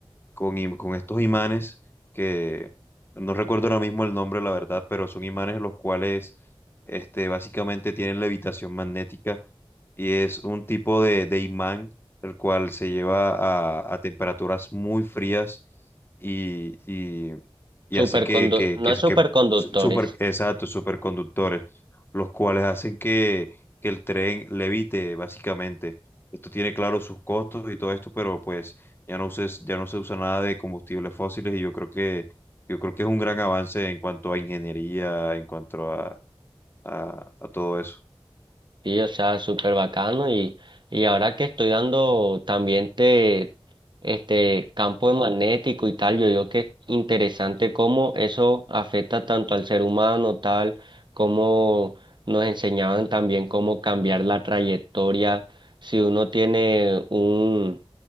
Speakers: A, on the left (about 25°); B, on the right (about 55°).
A: con, im- con estos imanes que no recuerdo ahora mismo el nombre, la verdad, pero son imanes los cuales este, básicamente tienen levitación magnética y es un tipo de, de imán el cual se lleva a, a temperaturas muy frías y, y, y
B: Supercondu
A: hace que, que,
B: no
A: que,
B: es
A: que
B: superconductores.
A: su- super, exacto, superconductores, los cuales hacen que, que el tren levite básicamente. Esto tiene claro sus costos y todo esto, pero pues ya no se, ya no se usa nada de combustibles fósiles y yo creo que yo creo que es un gran avance en cuanto a ingeniería, en cuanto a, a a todo eso.
B: y o sea, súper bacano y, y ahora que estoy dando también te, este campo magnético y tal, yo digo que es interesante cómo eso afecta tanto al ser humano, tal, como nos enseñaban también cómo cambiar la trayectoria. Si uno tiene un,